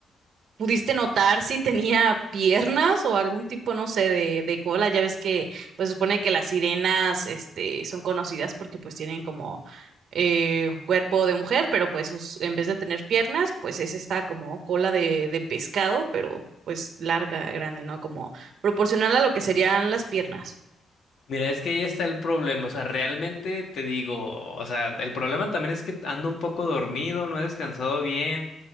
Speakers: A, on the right (about 60°); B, on the left (about 60°).
A: ¿pudiste notar si tenía piernas o algún tipo, no sé, de, de cola? Ya ves que, pues, supone que las sirenas, este, son conocidas porque, pues, tienen como eh, un cuerpo de mujer, pero, pues, sus- en vez de tener piernas, pues, es esta como cola de, de pescado, pero, pues, larga, grande, ¿no? Como proporcional a lo que serían las piernas.
B: Mira, es que ahí está el problema, o sea, realmente te digo, o sea, el problema también es que ando un poco dormido, no he descansado bien,